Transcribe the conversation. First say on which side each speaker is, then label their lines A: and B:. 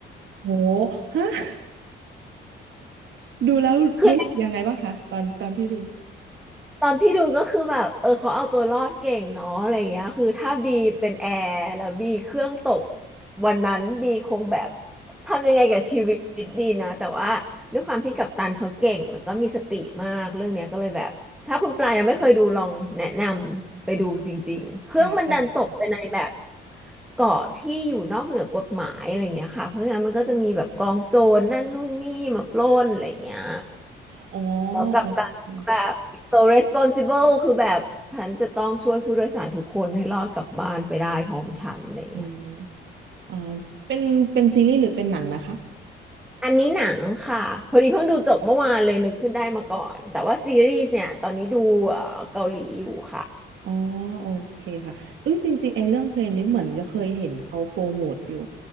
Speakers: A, on the right (about 70°); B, in the centre.
A: โหฮะ <laughs> ดูแล้วรู้สึกยังไงบ้างคะตอนตอนที่ดู
B: <laughs> ตอนที่ดูก็คือแบบเออเขาเอาตัวรอดเก่งเนาะอะไรเงี้ยคือถ้าบีเป็นแอร์แล้วบีเครื่องตกวันนั้นบีคงแบบทำยังไงกับชีวิตดีนะแต่ว่าด้วยความที่กัปตันเขาเก่งแล้วก็มีสติมากเรื่องเนี้ยก็เลยแบบถ้าคุณปลายยังไม่เคยดูลองแนะนำไปดูจริงๆเครื่องมันดันตกไปในแบบ
A: ค่ะได้
B: เกาะที่อยู่นอกเหนือกฎหมายอะไรเงี้ยค่ะเพราะงั้นมันก็จะมีแบบกองโจรนั่นนู่นนี่มาปล้นอะไรเงี้ย
A: อ๋อ
B: แล้วกัปตันแบบ
A: โอเค
B: so responsible คือแบบฉันจะต้องช่วยผู้โดยสารทุกคนให้รอดกลับบ้านไปได้พร้อมฉันอะไรเงี้ย
A: อืมอ่าเป็นเป็นซีรีส์หรือเป็นหนังนะคะ
B: อันนี้หนังค่ะ พอดีเพิ่งดูจบเมื่อวานเลยนึกขึ้นได้มาก่อน แต่ว่าซีรีส์เนี่ยตอนนี้ดูเอ่อเกาหลีอยู่ค่ะ
A: อ๋อโอเคค่ะเอ้ยจริงๆไอ้เรื่องเพลงนี้เหมือนจะเคยเห็นเขาโปรโมทอยู่